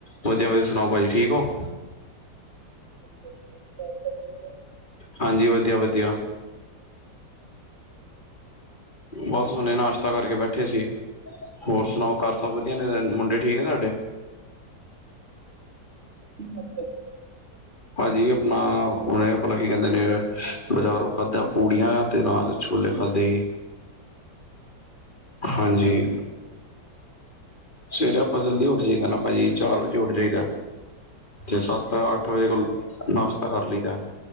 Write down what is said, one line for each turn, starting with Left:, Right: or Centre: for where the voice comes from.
Left: ਵਧੀਆ ਵਧੀਆ ਸੁਣਾਓ ਭਾਜੀ ਠੀਕ ਹੋ?
Right: ਵਧੀਆ ਸਭ ਠੀਕ ਹੈ।
Left: ਹਾਂਜੀ, ਵਧੀਆ ਵਧੀਆ। ਬਸ ਹੂਨੇ ਨਾਸ਼ਤਾ ਕਰਕੇ ਬੈਠੇ ਸੀ। ਹੋਰ ਸੁਣਾਓ, ਘਰ ਸਭ ਵਧੀਆ ਨੇ ਰੈਣ ਮੁੰਡੇ ਠੀਕ ਨੇ ਤਾਡੇ?
Right: ਕੀ ਕਰਦੇ
Left: ਭਾਜੀ ਅਪਣਾ ਹੁਣੇ ਅਪਣਾ ਕੀ ਕਹਿੰਦੇ ਨੇ ਬਜ਼ਾਰੋਂ ਖਾਧਾ ਪੂੜੀਆਂ ਤੇ ਨਾਲ ਛੋਲੇ ਖਾਦੇ ਹੀ। ਹਾਂਜੀ। ਸਵੇਰ ਆਪਾ ਜਲਦੀ ਉੱਠ ਜਾਈਦੈ ਨਾ ਭਾਜੀ, ਚਾਰ ਵਜੇ ਉੱਠ ਜਾਈਦੈ। ਚ ਸੱਤ ਸਵਾ ਅੱਠ ਵਜੇ ਕੋਲ ਨਾਸ਼ਤਾ ਕਰ ਲਈਦੈ।